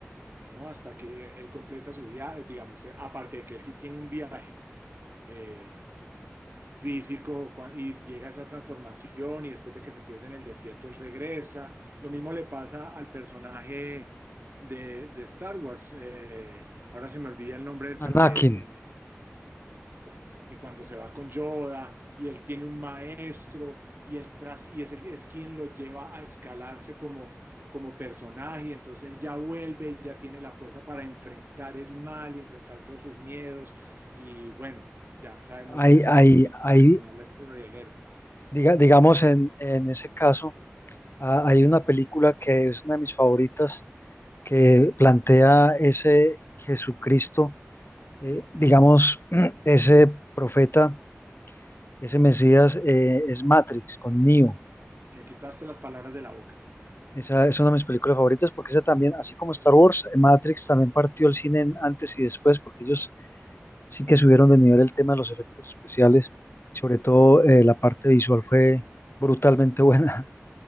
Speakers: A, on the right; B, on the left.
A: ¿no? Hasta que él completa su viaje, digamos, aparte de que él sí tiene un viaje eh, físico cua- y llega a esa transformación y después de que se pierde en el desierto, él regresa. Lo mismo le pasa al personaje de, de Star Wars. Eh, ahora se me olvida el nombre del, per-
B: Anakin.
A: de, de, Tal cual. Y cuando se va con Yoda y él tiene un maestro y él tras y es, el, es quien lo lleva a escalarse como, como personaje, y entonces él ya vuelve y ya tiene la fuerza para enfrentar el mal y enfrentar todos sus miedos y bueno, ya sabemos
B: Hay,
A: pues
B: hay,
A: cómo tiene
B: hay,
A: que terminar la historia del héroe.
B: diga- digamos, en, en ese caso, ah, hay una película que es una de mis favoritas que plantea ese Jesucristo eh, digamos, <clears throat> ese profeta, ese Mesías eh, es Matrix con Neo.
A: Me quitaste las palabras de la boca.
B: Esa es una de mis películas favoritas porque esa también, así como Star Wars, eh, Matrix también partió el cine en antes y después porque ellos sí que subieron de nivel el tema de los efectos especiales. Sobre todo eh, la parte visual fue brutalmente buena.